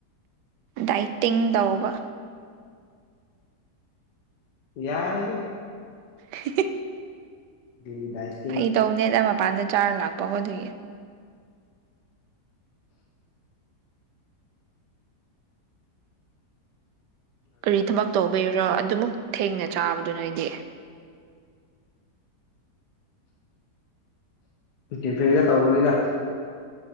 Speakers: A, on the right; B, on the left.
A: ꯗꯥꯏꯇꯤꯡ ꯇꯧꯕ
B: ꯌꯥꯔꯤꯦꯒ
A: <inaudible>
B: ꯏꯁ
A: ꯐꯩ ꯇꯧꯅꯦꯗ ꯃꯄꯥꯟꯗ ꯆꯥꯔ ꯂꯥꯛꯄꯒꯣ ꯑꯗꯨꯣꯏꯒꯤ ꯀꯔꯤ ꯊꯕꯛ ꯇꯧꯕꯤꯔꯣ ꯑꯗꯨꯃꯛꯛ ꯊꯦꯡꯅ ꯆꯥꯕꯗꯨ ꯅꯣꯏꯗꯤ
B: ꯏ ꯀꯦꯐꯦꯗ ꯇꯧꯕꯅꯤꯗ